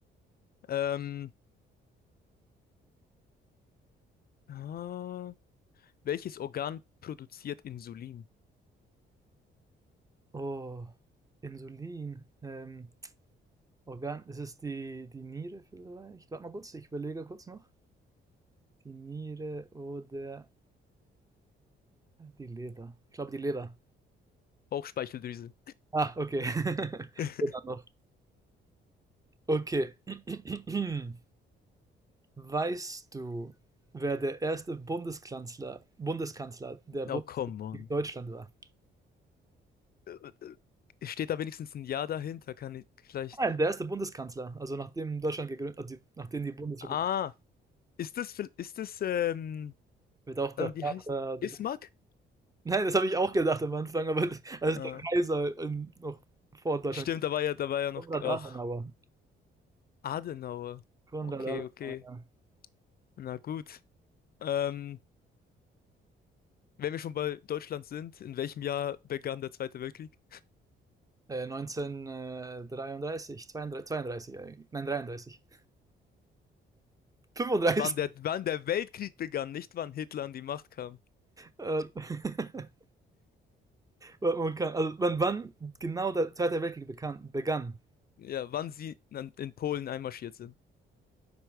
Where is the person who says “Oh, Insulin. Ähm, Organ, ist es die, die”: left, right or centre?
Right